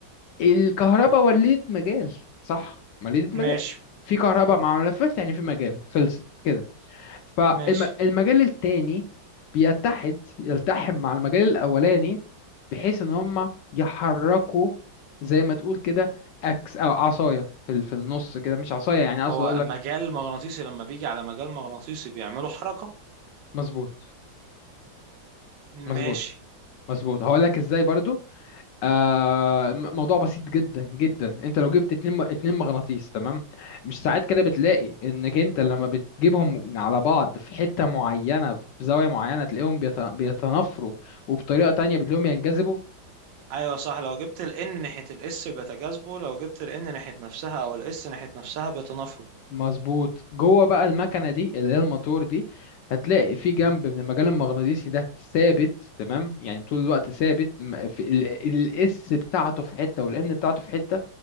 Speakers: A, on the left; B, on the right.
A: الكهرباء ولدت مجال صح ولدت
B: ماشي
A: مجال في كهرباء مع ملفات يعني في مجال خلصت كده فالمجال
B: ماشي
A: التاني بيتحد يلتحم مع المجال الأولاني بحيث إن هما يحركوا زي ما تقول كده أكس أو عصاية في ال- في النص كده مش عصاية يعني
B: هو
A: أقصد أقول لك
B: مجال مغناطيسي لما بيجي على مجال مغناطيسي بيعملوا حركة
A: مظبوط مظبوط
B: ماشي
A: مظبوط هقول لك إزاي برضو آه م- موضوع بسيط جدا جدا أنت لو جبت اتنين م- اتنين مغناطيس تمام مش ساعات كده بتلاقي إنك أنت لما بتجيبهم على بعض في حتة معينة في زاوية معينة تلاقيهم بيت- بيتنافروا وبطريقة تانية بتلاقيهم ينجذبوا
B: ايوه صح لو جبت ال N ناحية ال S بيتجاذبوا لو جبت ال N ناحية نفسها او ال S ناحية نفسها بيتنافروا
A: مظبوط جوه بقى المكنه دي اللي هي الموتور دي هتلاقي في جنب من المجال المغناطيسي ده ثابت تمام يعني طول الوقت ثابت م- في ال- الاس بتاعته في حته والان بتاعته في حته